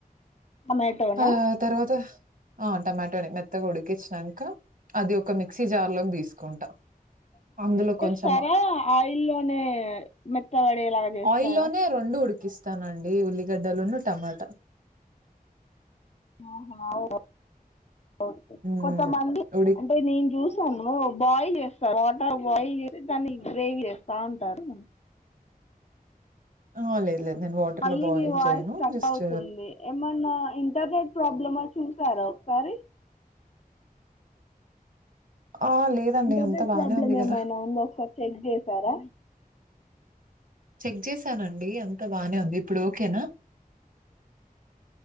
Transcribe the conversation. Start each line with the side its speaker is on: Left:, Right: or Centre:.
Left: టమాటోనా
Right: ఆ తర్వాత ఆ టమాటో నే మెత్తగా ఉడికించినంక అది ఒక మిక్సీ జార్ లోకి తీసుకుంటా అందులో కొంచెం
Left: సరే ఆయిల్ లోనే మెత్తబడె లాగా చేస్తారా
Right: ఆయిల్లోనే రెండు ఉడికిస్తానండి ఉల్లిగడ్డలును టమాట
Left: ఆహా ఆ వొ ఓకే
Right: మ్మ్
Left: కొంతమంది
Right: ఉడి
Left: అంటే నేను చూసాను బాయిల్ చేస్తారు వాటర్ బాయిల్ చేసి దాన్ని గ్రేవీ చేస్తా ఉంటారు
Right: ఆ లేదు లేదు నేను వాటర్
Left: మళ్ళీ
Right: లో బాయిల్
Left: మీ వాయిస్
Right: చేయను
Left: స్ట్రక్
Right: జస్ట్
Left: అవుతుంది ఏమన్నా ఇంటర్నెట్ ప్రాబ్లమ చూసారా ఒక సారి
Right: ఆ లేదండి
Left: ఇంటర్నెట్
Right: అంత బానే
Left: ప్రాబ్లమ్
Right: ఉంది కదా
Left: ఏమైనా ఉందా ఒకసారి చెక్ చేసారా
Right: చెక్ చేసానండి అంత బానే ఉంది ఇప్పుడు ఓకేనా